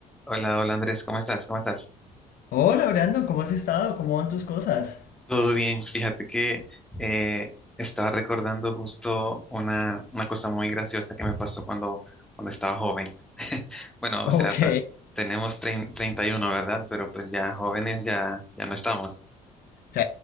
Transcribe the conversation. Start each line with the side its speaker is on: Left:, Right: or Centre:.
Centre: Hola, hola Andrés, ¿cómo estás? ¿Cómo estás?
Left: Hola Brandon, ¿cómo has estado? ¿Cómo van tus cosas?
Centre: Todo bien, fíjate que eh, estaba recordando justo una, una cosa muy graciosa que me pasó cuando, cuando estaba joven. <laughs> Bueno,
Left: Ok.
Centre: o sea, sa- tenemos trein- 31, ¿verdad? Pero pues ya jóvenes ya, ya no estamos.
Left: Sí,